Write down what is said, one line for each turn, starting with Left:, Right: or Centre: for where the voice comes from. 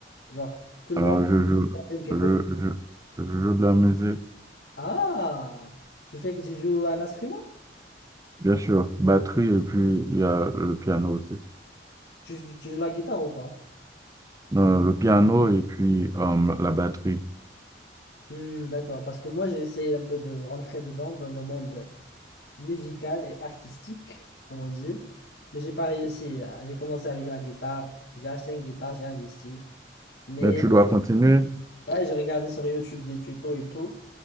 Left: Genre, tout le
Right: Alors,
Left: monde
Right: je joue,
Left: aime quelque
Right: je,
Left: chose.
Right: je, je joue de la musique,
Left: Ah, tu fais que tu joues un instrument?
Right: bien sûr, batterie, et puis il y a le piano aussi.
Left: Tu, tu- tu joues la guitare ou pas?
Right: Non, le piano et puis euh, la batterie.
Left: Hmm, d'accord, parce que moi j'ai essayé un peu de rentrer dedans dans le monde musical et artistique, comme on dit, mais j'ai pas réussi. J'ai commencé avec la guitare, j'ai acheté une guitare, j'ai investi, mais
Right: Mais tu dois continuer.
Left: euh, ouais, j'ai regardé sur YouTube des tutos et tout,